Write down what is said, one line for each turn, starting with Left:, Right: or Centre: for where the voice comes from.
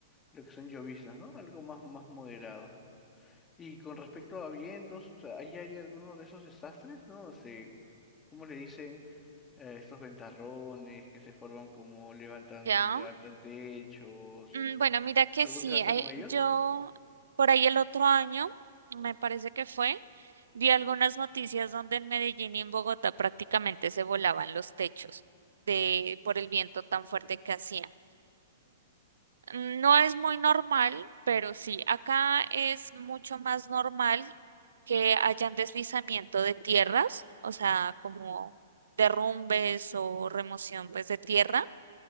Left: lo que son lloviznas, ¿no? Algo más, más moderado. Y con respecto a vientos, o sea, ahí hay algunos de esos desastres, ¿no? O sea, ¿cómo le dicen eh, estos ventarrones que se forman como levantan,
Right: ¿Ya?
Left: levantan techos?
Right: Mm, Bueno, mira que
Left: ¿Algún
Right: sí,
Left: desastre
Right: ahí-
Left: con ellos?
Right: yo por ahí el otro año, me parece que fue, vi algunas noticias donde en Medellín y en Bogotá prácticamente se volaban los techos de por el viento tan fuerte que hacía. Mm, No es muy normal, pero sí, acá es mucho más normal que hayan deslizamiento de tierras, o sea, como derrumbes o remoción pues de tierra